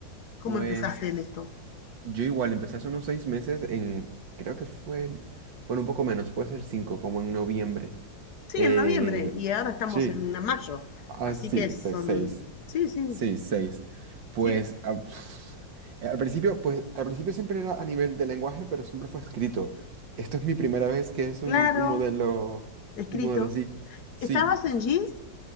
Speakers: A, on the left; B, on the right.
A: cómo
B: Pues
A: empezaste en esto?
B: yo igual empecé hace unos seis meses en, creo que fue, en- bueno, un poco menos, puede ser cinco, como en noviembre.
A: Sí,
B: Eh,
A: en noviembre, y ahora estamos
B: sí,
A: en mayo,
B: así,
A: así que son,
B: seis.
A: sí, sí,
B: Sí, seis. Pues
A: sí,
B: ah, pf, eh, al, principio, pues al principio siempre era a nivel de lenguaje, pero siempre fue escrito. Esto es mi primera vez que es
A: claro,
B: un, un modelo,
A: escrito.
B: un modelo así. Sí,
A: ¿Estabas en
B: sí.
A: Jeans?